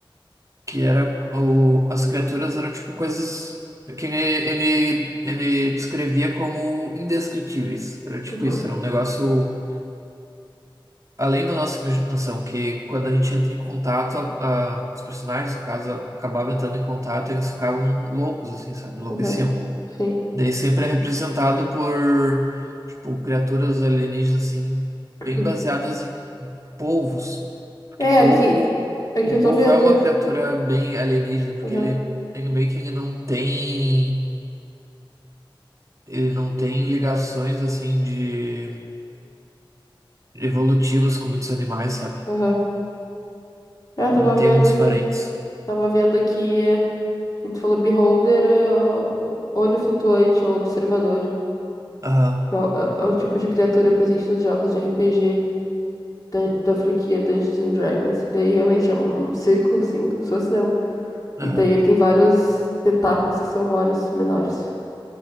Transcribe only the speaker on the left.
Uhum.
Aham, sim.
Uhum.
É,
aqui, aqui
eu
tô vendo.
Aham,
aham. É, eu
tava vendo
aqui.
Tava vendo aqui. é, A gente falou beholder, é, ó, olho flutuante ou observador.
É o, é é o tipo de criatura presente nos jogos de RPG da, da franquia Dungeons and Dragons. E daí realmente é um círculo, assim, como se fosse, não.
E daí ele tem vários tentáculos que são olhos menores.